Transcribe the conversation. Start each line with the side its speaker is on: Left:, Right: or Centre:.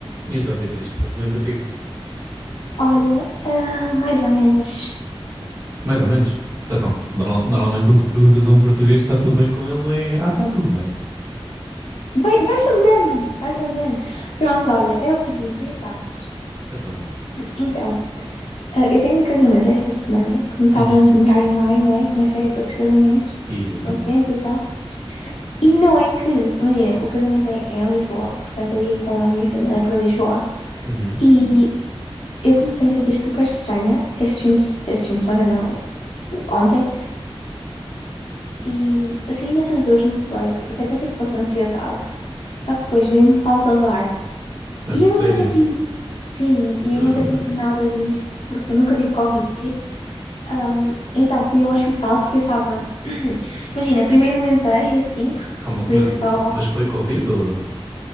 Right: E então, Beatriz, está tudo bem contigo?
Left: Olha, ah, mais ou menos.
Right: Mais ou menos. Então, normal- normalmente quando tu perguntas a um português se está tudo bem com ele, é ah, está tudo bem.
Left: Vai, vai-se vai-se Pronto, olha, é o seguinte, nem sabes.
Right: Então.
Left: Então, ah, eu tenho um casamento esta semana. Como sabes,
Right: Uhum.
Left: vamos entrar em maio, não é? Começa a época dos casamentos,
Right: Exatamente.
Left: bom tempo e tal. E não é que, imagina, o casamento é, é em Lisboa, portanto eu ia com a minha família para Lisboa.
Right: Uhum.
Left: E eu comecei a me sentir super estranha este fim de, se- este fim de semana, não, é tipo ontem. E assim, imensas dores no peito. Até pensei que fosse ansiedade. Só que depois veio-me falta de ar.
Right: A
Left: E
Right: sério?
Left: eu nunca senti, sim, e
Right: Ah,
Left: eu nunca senti nada disto porque nunca tive Covid. Um, então fui ao hospital porque eu estava. <clears throat> <coughs> Imagina, primeiro aguentei e assim, porque
Right: calma,
Left: podia
Right: ma-
Left: ser só.
Right: mas foi Covid ou...